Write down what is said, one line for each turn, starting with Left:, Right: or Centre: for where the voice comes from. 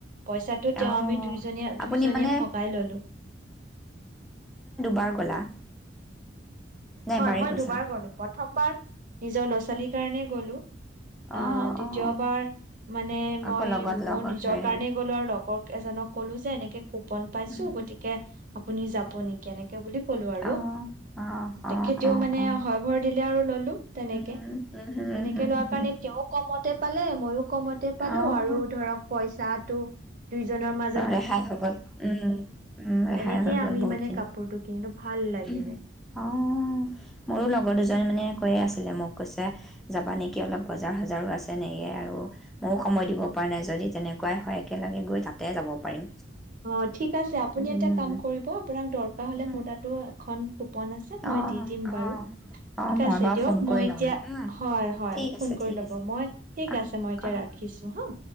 Right: পইচাটো তেওঁ
Centre: অ',
Right: আমি দুইজনীয়ে দুইজনীয়ে
Centre: আপুনি মানে
Right: ভগাই ললো
Centre: বাৰ গলা। নে এবাৰেই
Right: হয়, মই
Centre: গৈছা?
Right: দুবাৰ গলো। প্ৰথমবাৰ নিজৰ লৰা-চোৱালীৰ কাৰণে গলো। আহ,
Centre: অ',
Right: দ্বিতীয়বাৰ
Centre: অ', অ'।
Right: মানে
Centre: আকৌ
Right: মই
Centre: লগত লগ
Right: মোৰ নিজৰ
Centre: হৈ
Right: কাৰনেই গলো, আৰু লগৰ এজনক কলো যে এনেকে কুপন পাইছো,
Centre: উম।
Right: গতিকে আপুনি যাব নেকি? এনেক কে বুলি ক'লো আৰু।
Centre: অ', অ', অ',
Right: তেখেতেওঁ
Centre: অ',
Right: মানে
Centre: অ',
Right: হয় ভৰ দিলে আ আৰু ল'লো। তেনেকে,
Centre: উম, হম, হম,
Right: তেনেকে
Centre: হম,
Right: লোৱাৰ
Centre: হম।
Right: কাৰণে তেওঁ কমতে পালে মইও কমতে পালো
Centre: অ',
Right: আৰু ধৰক পইচাটো দুইজনৰ মাজ
Centre: উ ৰেহাই হৈ গ'ল, উম, উম ৰেহাই
Right: তেনেকে
Centre: হৈ
Right: আমি
Centre: গল বহুত
Right: মানে
Centre: খিনি।
Right: কাপোৰটো কিনিলো ভাল লাগিলে
Centre: <unintelligible> অ। মোৰো লগৰ দুজনি মানে কৈয়ে আছিলে মোক, কৈছে যাবা নেকি অলপ বজাৰ সজাৰো আছে নে? য়ে আৰু ময়ো সময় দিব পৰা নাই, যদি তেনেকুৱাই হয়। একেলগে গৈ তাতে যাব পাৰিম।
Right: অ ঠিক আছে আপুনি
Centre: উম,
Right: এটা কাম কৰিব, আপোনাক দৰকাৰ হলে
Centre: উম,
Right: মোৰ তাতো আ খন কুপন আছে মই
Centre: অ',
Right: দি দিম
Centre: অ'।
Right: বাৰু, ঠিক
Centre: অ', মই
Right: আছে
Centre: বাৰু
Right: দিয়ক
Centre: ফোন কৰি
Right: মই
Centre: ল'ম
Right: এতিয়া,
Centre: উম,
Right: হয়, হয়,
Centre: ঠিক আছে,
Right: ফোন কৰি
Centre: ঠিক
Right: ল'ব,
Centre: আছে।
Right: মই ঠিক
Centre: অ',
Right: আছে, মই এতিয়া
Centre: অ',
Right: ৰাখিছো হা।